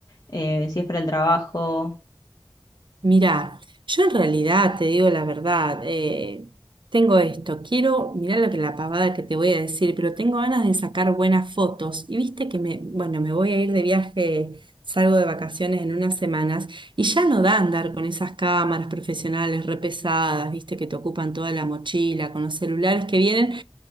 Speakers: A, on the left (about 40°); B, on the right (about 55°).
A: eh, si es para el trabajo.
B: Mira, yo en realidad te digo la verdad, eh, tengo esto, quiero, mirá lo que la pavada que te voy a decir, pero tengo ganas de sacar buenas fotos. Y viste que me, bueno, me voy a ir de viaje, salgo de vacaciones en unas semanas y ya no da andar con esas cámaras profesionales re pesadas, viste, que te ocupan toda la mochila, con los celulares que vienen